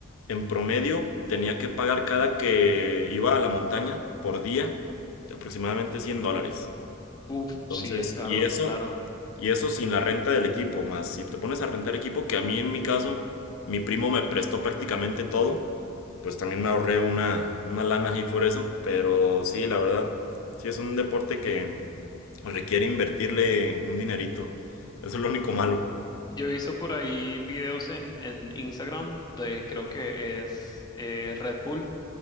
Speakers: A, on the left; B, on the left.
A: en promedio tenía que pagar cada que iba a la montaña por día aproximadamente 100 dólares.
B: Uf,
A: Entonces,
B: sí, es caro,
A: y eso,
B: claro.
A: Y eso sin la renta del equipo, más si te pones a rentar equipo, que a mí en mi caso, mi primo me prestó prácticamente todo, pues también me ahorré una, una lana ahí por eso. Pero sí, la verdad, sí es un deporte que requiere invertirle un dinerito. Eso es lo único malo.
B: Yo he visto por ahí videos en, en Instagram de, creo que es eh, Red Bull,